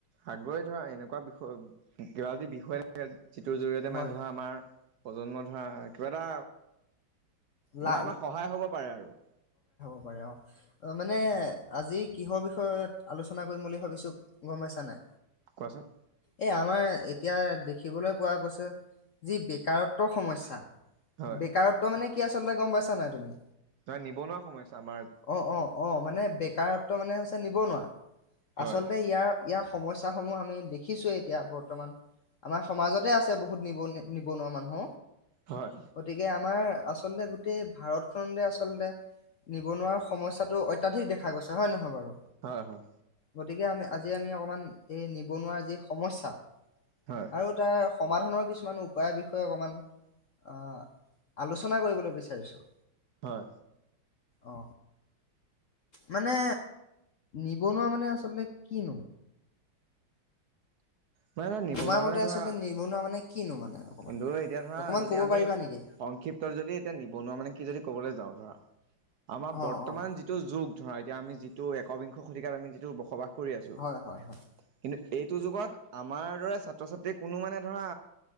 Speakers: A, on the right; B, on the left.
A: আগ্ৰহ ধৰা এনেকুৱা বিষয় কিবা যদি বিষয় থাকে। যিটোৰ জৰিয়তে
B: হয়
A: মানে ধৰা আমাৰ প্ৰজন্ম ধৰা কিবা এটা,
B: লা
A: মানে আমাৰ সহায় হ'ব পাৰে আৰু
B: হয় অ, মানে আজি কিহৰ বিষয়ত আলোচনা কৰিম বুলি ভাবিছো গম পাইছা নাই।
A: কোৱা চোন?
B: এই আমাৰ এতিয়া দেখিবলৈ পোৱা গৈছে যি বেকাৰত্ব সমস্যা।
A: হয়
B: বেকাৰত্ব মানে কি? কি আচলতে গম পাইছ নাই তুমি?
A: ধৰা নিবনুৱা সমস্যা আমাৰ
B: অ অ অ মানে বেকাৰত্ব মানে হৈছে নিবনুৱা।
A: হয়
B: আচলতে ইয়াৰ ইয়াক সমস্যাসমূহ আমি দেখিছোৱে এতিয়া বৰ্তমান। আমাৰ সমাজতে আছে বহুত নিবনু নিব- নিবনুৱা মানুহ
A: হয়
B: গতিকে আম- আমাৰ আচ- আচলতে গোটেই ভাৰতখনতে আচলতে নিবনুৱা সমস্যাটো অত্যাধিক দেখা গৈছে হয় নহয় বাৰু?
A: হয়, হয়।
B: গতিকে আমি আজি আমি অকণমান এই নিবনুৱাৰ যি সমস্যা।
A: হয়
B: আৰু তাৰ সমাধানৰ কিছুমান উপায়ৰ বিষয়ে অকমান আলোচ- আলোচনা কৰিব বিচাৰিছোঁ।
A: হয়।
B: অ মানে নিবনুৱা মানে আচলতে কিনো?
A: নহয় নিবনুৱা
B: তোমাৰ মতে
A: মানে ধৰা-
B: আচলতে নিবনুৱা মানে কিনো মানে অকমান
A: কিন্তু এতিয়া ধৰা
B: অকমান
A: যদি
B: ক'ব
A: আমি
B: পাৰিবা নেকি
A: সংক্ষিপ্ত যদি এতিয়া নিবনুৱা মানে কি যদি ক'বলৈ যাওঁ ধৰা। আমাৰ
B: অ
A: বৰ্তমান
B: অ
A: যিটো যুগ ধৰা এতিয়া আমি যিটো কবিংশ শতিককাৰ আমি যিটো বসবাস কৰি আছোঁ।
B: হয় হয় হয়
A: কিন্তু এইটো যুগত আমাৰ দৰে ছাত্ৰ-ছাত্ৰী কোনো মানে ধৰা,